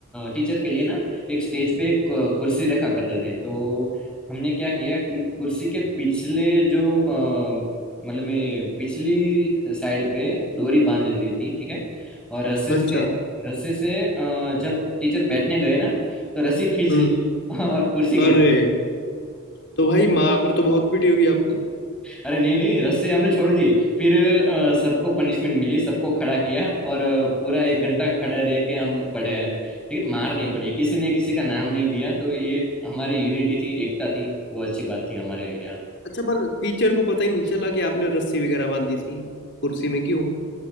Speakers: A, in the centre; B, on the left.
A: टीचर के लिए ना एक स्टेज पे एक अ, कुर्सी रखा करते थे तो हमने क्या किया कि कुर्सी के पिछले जो अ, मतलब में पिछली साइड पे डोरी बांध दी थी ठीक है और रस्सी से
B: अच्छा
A: रस्सी से अ, जब टीचर बैठने गए ना तो रस्सी खींच
B: हम्म
A: ली <laughs> और कुर्सी गिरा
B: हाँ अरे तो भाई मार तो बहुत पीटी होगी आपको
A: अरे नहीं नहीं रस्सी हमने छोड़ दी फिर अ, सबको पनिशमेंट मिली सबको खड़ा किया और अ, पूरा एक घंटा खड़ा रह के हम पढ़े हैं लेकिन मार नहीं पड़ी किसी ने किसी का नाम नहीं दिया तो ये हमारी यूनिटी थी एकता थी वो अच्छी बात थी हमारे यहाँ
B: अच्छा पर टीचर को पता ही नहीं चला कि आपने रस्सी वगैरह बांधी थी कुर्सी में क्यों